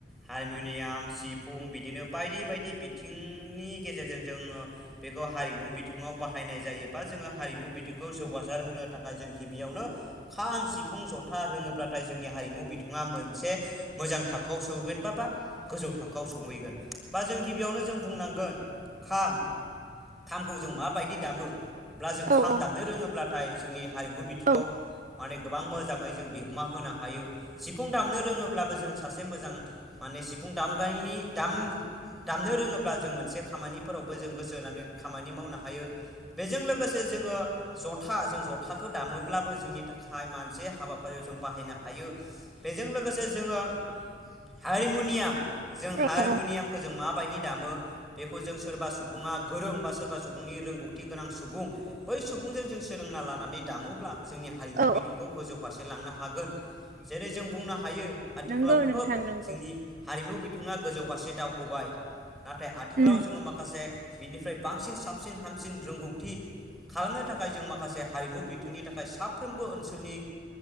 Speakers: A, in the centre; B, on the right.
A: हारमुनियाम सिफुं बिदिनो बायदि बायदि बिथिंनि गेजेरजों जोङो बेखौ हारिमु बिथिङाव बाहायनाय जायोबा जोङो हारिमु बिथिंखौ जौगासार होनो थाखाय जों बेयावनो खाम सिफुं जथा रोङोब्लाथाय जोंनि हारिमु बिथिंआ मोनसे मोजां थाखोआव सौहैगोनबा बा गोजौ थाखोआव सौहैगोन बा जों गिबियावनो जों बुंनांगोन खाम खामखौ जों माबायदि दामोब्ला जों
B: औ
A: खाम
B: औ
A: दामनो रोङोब्लाथाय जोंनि हारिमु बिथिंआव
B: औ
A: माने गोबां मोजाङै जों बिहोमा होनो हायो सिफुं दामनो रोङोब्लाबो जों सासे मोजां माने सिफुं दामगारिनि दाम दामनो रोङोब्ला जों मोनसे खामानिफोरावबो जों गोसो होनानै खामानि मावनो हायो। बेजों लोगोसे जोङो जथा जों जथाखौ दामो ब्लाबो जोंनि थाखाय मानसे हाबाफारियाव जों बाहायनो हायो बेजों लोगोसे जोङो हारमुनियाम जों
B: औ
A: हारमुनियामखौ
B: औ
A: जों माबायदि दामो बेखौ जों सोरबा सुबुङा गोरों बा सोरबा सुबुंनि रोंगौथि गोनां सुबुं बै सुबुंजों जों सोलोंना लानानै दामोब्ला जोंनि हारिमु
B: औ
A: बिथिंखौ गोजौ फारसे लांनो हागोन जेरै जों बुंनो हायो आथिखालाव
B: नंगौ
A: खोब
B: नोंथां नंगौ
A: जोंनि हारिमु बिथिङा गोजौ फारसे दावखोबाय नाथाय आथिखालाव
B: उम
A: जोङो माखासे बिनिफ्राय बांसिन साबसिन हामसिन रोंगौथि खालामनो थाखाय जों माखासे हारिमु बिथिंनि थाखाय साफ्रोमबो ओनसोलनि